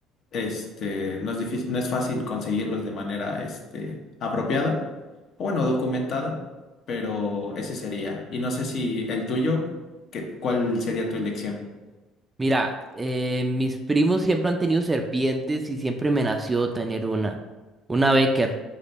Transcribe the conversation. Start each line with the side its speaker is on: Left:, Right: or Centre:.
Left: este, no es difícil, no es fácil conseguirlos de manera, este, apropiada, o bueno, documentada, pero ese sería. Y no sé si el tuyo, que- ¿cuál sería tu elección?
Right: Mira, eh, mis primos siempre han tenido serpientes y siempre me nació tener una, una Becker.